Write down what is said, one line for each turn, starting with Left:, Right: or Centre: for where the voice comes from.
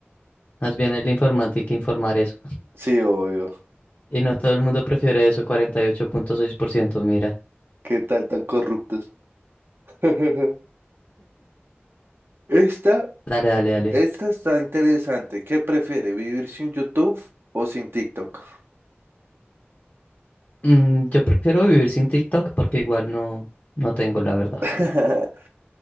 Left: Más bien el informante que informar eso.
Right: Sí, obvio.
Left: Y no todo el mundo prefiere eso, 48.6%, mira.
Right: ¿Qué tal tan corruptos? <laughs> Esta,
Left: Dale, dale, dale.
Right: esta está interesante. ¿Qué prefiere, vivir sin YouTube o sin TikTok?
Left: Mm, yo prefiero vivir sin TikTok porque igual no, no tengo la verdad.
Right: <laughs>